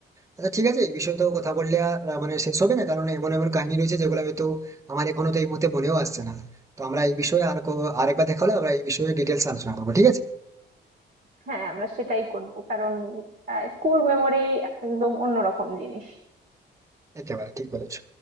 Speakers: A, on the right (about 15°); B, on the right (about 45°).
A: আচ্ছা ঠিক আছে এই বিষয়ে তো কথা বললে আহ, মানে শেষ হবে না কারণ এমন এমন কাহিনী রয়েছে যেগুলো হয়তো আমার এখনো তো এই মুহূর্তে মনেও আসছে না তো আমরা এই বিষয়ে আর কো- আরেকবার দেখা হলে আমরা এই বিষয়ে ডিটেলস আলোচনা করবো ঠিক আছে
B: হ্যাঁ আমরা সেটাই করব কারণ স্কুল মেমোরি একদম অন্যরকম জিনিস
A: একেবারে ঠিক বলেছো